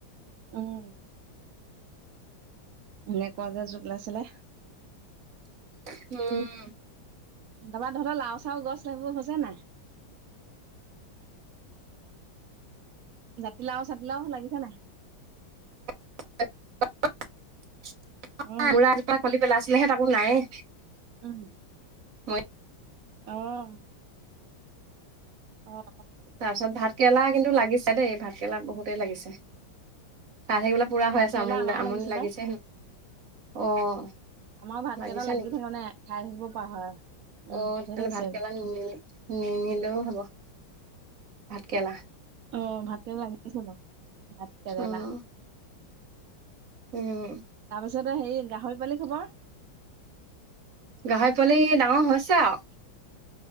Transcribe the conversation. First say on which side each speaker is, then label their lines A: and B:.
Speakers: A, on the right (about 65°); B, on the right (about 45°).
A: উম! এনেকুৱা যে জোক <unintelligible> ছিলে
B: উম!
A: তাবা তহঁতৰ লাও-চাউ গছ সেইবোৰ হৈছে নাই? জাতিলাও-ছাতিলাও লাগিছে নাই?
B: <unintelligible> <unintelligible>
A: অ
B: কলি পেলাছিলে হে তাকো নাইয়েই।
A: উম!
B: মই
A: আহ! অঁ
B: তাৰপিছত ভাত কেৰেলা কিন্তু লাগিছে দেই, ভাতকেৰেলা বহুতেই লাগিছে। খাই থাকিবলৈ পুৰা
A: ভাত
B: হৈ আছে
A: কেৰেলা
B: আমনি-আমনি
A: আমাৰো
B: লাগিছে
A: পাই
B: মোৰ। অহ
A: আমাৰ ভাতকেইটা
B: লাগিছে
A: লাগি
B: নি?
A: থাকে মানে খাই থাকিব পৰা হয় উম
B: অ তেনেহলে
A: ধেৰ লাগিছে
B: ভাতকৰেলা নি <unintelligible> নিনিলেও হ'ব? ভাতকেৰেলা।
A: অ ভাতকেৰেলা লাগিছে বাও। ভাতকেৰেলা।
B: উম উম!
A: তাৰপিছতে হেৰি গাহৰি পোৱালি খবৰ?
B: গাহৰি পোৱালি ডাঙৰ হৈছে আৱ